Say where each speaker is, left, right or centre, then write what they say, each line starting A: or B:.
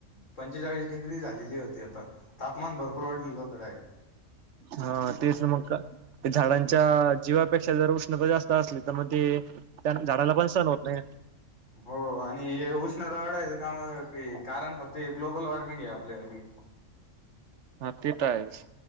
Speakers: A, on the left (about 70°); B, on the right (about 65°).
A: पंचेचाळीस डिग्री झालेली होती. आता तापमान भरपूर वाढलेलं होतं, डायरेक्ट
B: हा तेच मग का. ते झाडांच्या जीवापेक्षा जर उष्णता जास्त असली तर मग ते. त्या झाडाला पण सण होत नाही.
A: हो आणि हे उष्णता वाढायचं कामा कारण फक्त हे ग्लोबल वॉर्मिंग आहे. आपल्यासाठी.
B: हा ते तर आहेच.